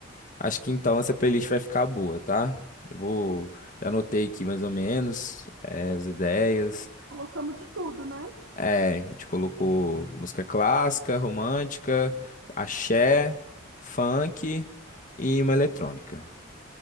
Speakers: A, on the left (about 40°); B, on the right (about 75°).
A: acho que então essa playlist vai ficar boa, tá? Eu vou. Já anotei aqui mais ou menos eh, as ideias.
B: Colocamos de tudo, né?
A: É, a gente colocou música clássica, romântica, axé, funk e uma eletrônica.